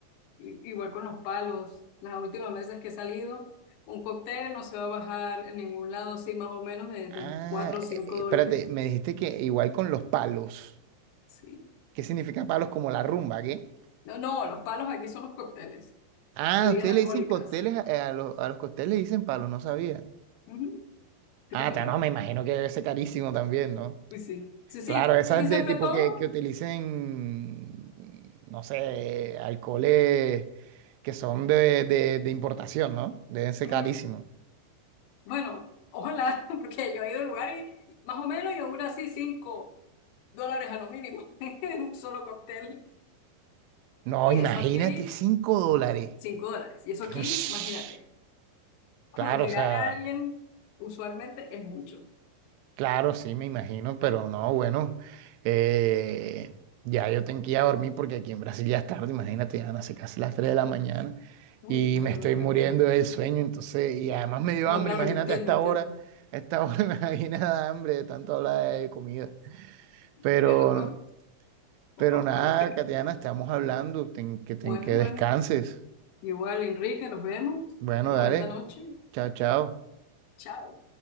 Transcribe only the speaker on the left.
I- Igual con los palos, las últimas veces que he salido, un cóctel no se va a bajar en ningún lado, así más o menos de,
de 4
o cinco dólares.
Sí.
No, no, los palos aquí son los cócteles,
bebidas
alcohólicas,
Ujú, típicamente.
Pues sí, sí, sí,
casi siempre
todo.
mm,
Bueno, ojalá, <laughs> porque yo he ido al lugar y y más o menos y aún así cinco dólares a lo mínimo <laughs> en un solo cóctel.
Y
eso aquí,
5 dólares. Y eso aquí,
imagínate. con
lo que
gana alguien usualmente es mucho.
Uy,
es verdad,
verdad.
No,
claro,
yo entiendo,
entiendo.
Tienes razón. Vamos
a probar
un picadillo.
Bueno,
bueno. Igual, Enrique, nos vemos.
Tenga
bonita noche.
Chao.